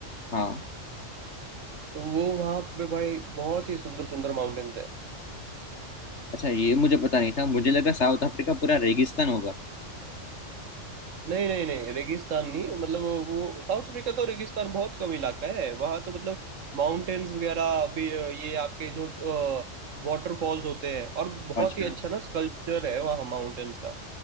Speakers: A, on the left (about 60°); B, on the right (about 80°).
A: हाँ
B: तो वो वहाँ पे भाई बहुत ही सुंदर सुंदर माउंटेन्स है
A: अच्छा ये मुझे पता नहीं था मुझे लगा साउथ अफ्रीका पूरा रेगिस्तान होगा
B: नहीं नहीं नहीं रेगिस्तान नहीं मतलब वो वो- साउथ अफ्रीका तो रेगिस्तान बहुत कम इलाका है वहाँ तो मतलब माउंटेन्स वगैरह भी अ, ये आपके जो वाटरफॉल्स होते हैं और बहुत
A: अच्छा
B: ही अच्छा ना स्कल्पचर है वहाँ माउंटेन्स का